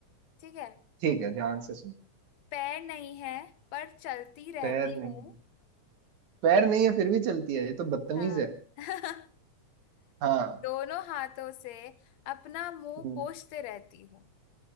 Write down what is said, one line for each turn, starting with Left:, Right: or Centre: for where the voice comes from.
Left: ठीक है
Right: ठीक है ध्यान से सुन
Left: पैर नहीं है पर चलती रहती
Right: पैर नहीं
Left: हूँ
Right: पैर नहीं है फिर भी चलती है ये तो बदतमीज
Left: हाँ
Right: है
Left: <laughs>
Right: हाँ
Left: दोनों हाथों से अपना मुंह
Right: हम्म,
Left: पोंछते रहती हूँ